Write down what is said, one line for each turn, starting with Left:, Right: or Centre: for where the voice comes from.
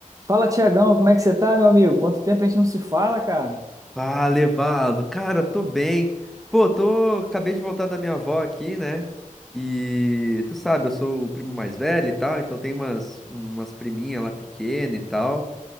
Right: Fala, Tiagão, como é que você tá, meu amigo? Quanto tempo a gente não se fala, cara?
Centre: Ah, levado. Cara, tô bem. Pô, tô. Acabei de voltar da minha avó aqui, né? E tu sabe, eu sou o primo mais velho e tal, então tem umas, umas priminhas lá pequena e tal.